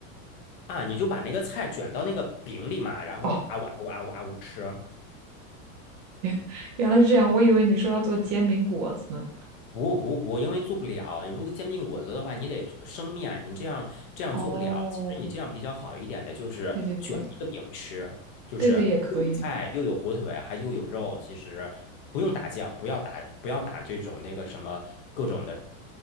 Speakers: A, on the left; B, on the right.
A: 啊。你就把那个菜卷到那个饼里嘛，然后啊呜啊呜啊呜啊呜吃。
B: 哦。<laughs> 原来是这样，我以为你说要做煎饼果子呢。
A: 不不不，因为做不了。如果煎饼果子的话，你得生面，你这样这样做不了。
B: 哦，
A: 其实你这样比较好一点的，就是卷一个饼吃，
B: 对对对，
A: 就是又有菜，
B: 对对也可以。
A: 又有火腿，还又有肉。其实不用打酱，不要打不要打这种那个什么各种的